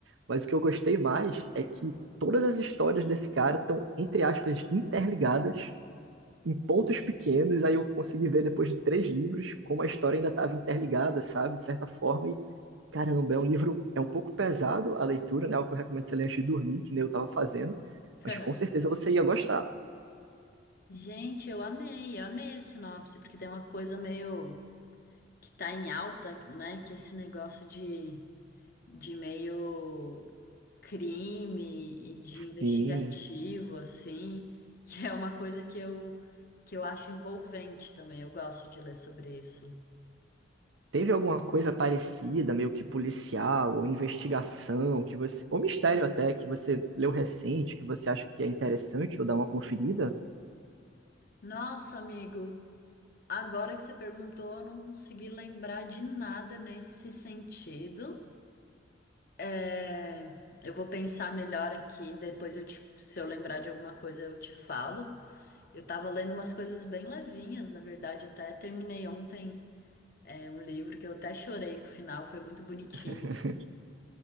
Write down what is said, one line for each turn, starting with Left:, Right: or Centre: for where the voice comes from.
Right: mas o que eu gostei mais é que todas as histórias desse cara estão, entre aspas, interligadas em pontos pequenos, aí eu consegui ver depois de três livros como a história ainda estava interligada, sabe? De certa forma, e caramba, é um livro, é um pouco pesado a leitura, né? O que eu recomendo você ler antes de dormir, que nem eu estava fazendo,
Left: <laughs>
Right: mas com certeza você ia gostar.
Left: Gente, eu amei, eu amei a sinopse, porque tem uma coisa meio que tá em alta, né? Que é esse negócio de, de meio crime e de
Right: Sim.
Left: investigativo, assim, <laughs> que é uma coisa que eu, que eu acho envolvente também. Eu gosto de ler sobre isso.
Right: Teve alguma coisa parecida, meio que policial, ou investigação, que você, ou mistério até, que você leu recente, que você acha que é interessante, ou dá uma conferida?
Left: Nossa, amigo, agora que você perguntou, eu não consegui lembrar de nada nesse sentido. É, eu vou pensar melhor aqui, depois eu te- se eu lembrar de alguma coisa eu te falo. Eu tava lendo umas coisas bem levinhas, na verdade, até terminei ontem, é, um livro que eu até chorei com o final, foi muito bonitinho.
Right: <laughs>